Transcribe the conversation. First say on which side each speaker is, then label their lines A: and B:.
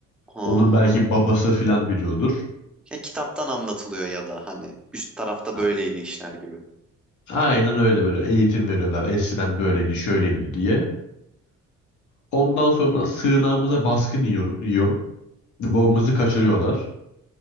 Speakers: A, in the centre; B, on the left.
A: ha,
B: Onun belki babası filan biliyordur.
A: ya kitaptan anlatılıyor ya da hani üst tarafta
B: A-
A: böyleydi işler gibi
B: Aynen öyle böyle eğitim veriyorlar. Eskiden böyleydi, şöyleydi diye. Ondan sonra sığınağımıza baskın yiyor, yiyor. Babamızı kaçırıyorlar.